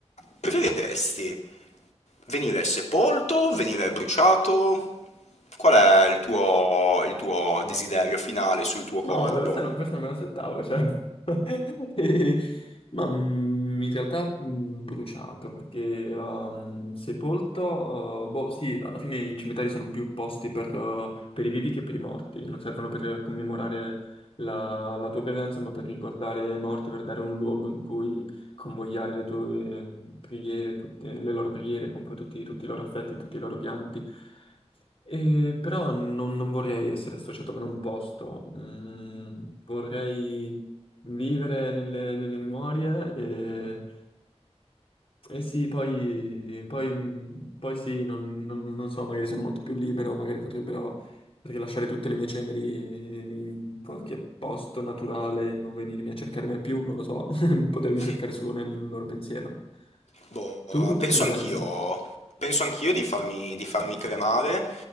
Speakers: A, on the left; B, on the left.
A: preferiresti venire sepolto, venire bruciato? Qual è il tuo, il tuo desiderio finale sul tuo
B: Ma
A: corpo?
B: guarda, questa non, questa non me l'aspettavo, cioè... <laughs> E- Ma mm, in realtà mm, bruciato, perché um, sepolto... uh, boh, sì, alla fine i cimiteri sono più posti per, uh, per i vivi che per i morti. Non servono per commemorare la, la tua presenza, ma per ricordare i morti, per dare un luogo in cui convogliare le tue mm, preghiere, tutte le loro preghiere, con poi tutti tutti i loro affetti, tutti i loro pianti. Eh, però non, non vorrei essere associato con un posto, Mm, vorrei vivere nelle, nelle memorie e, e sì, poi, poi- poi sì, non, non- non so, magari sono molto più libero, magari potrebbero rilasciare tutte le mie ceneri in qualche posto naturale, non venirmi a cercare mai più, non lo so, <laughs> potermi
A: <laughs>
B: cercare solo nel loro pensiero.
A: Boh,
B: Tu, tu
A: penso
B: che ne pensi?
A: anch'io, penso anch'io di farmi, di farmi cremare